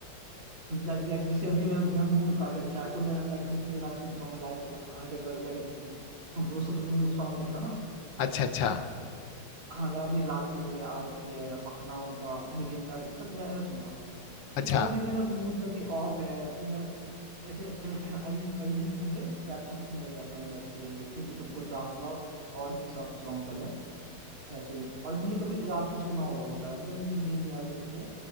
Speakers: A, on the right; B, on the left.
A: लाइक जैसे अभी मैं मैं मूड काफी अच्छा है तो मैं लाइक हनी सिंह के गाने सुनता हूँ लाइट हार्टेड वगैरह वो वो सब उनका सॉन्ग होता था ना
B: अच्छा अच्छा
A: हाँ ला- अभी लालपरी वगैरह आ रखी है मखना उनका मिलियनर ये सब मैं ऐसा सुनता हूँ अब
B: अच्छा
A: कभी मेरा मूड कभी ऑफ है तो मैं ऐसे <clears throat> अरिजीत अरिजीत सिंह के सैड सॉन्ग सुनने लग जाता हूँ बैठ के फिर भी तुमको चाहूंगा और भी सॉन्ग सॉन्ग सब है ऐसे ही और मुझे कभी रात को सोना हो, होता है मतलब मुझे नींद नहीं आ रही होती है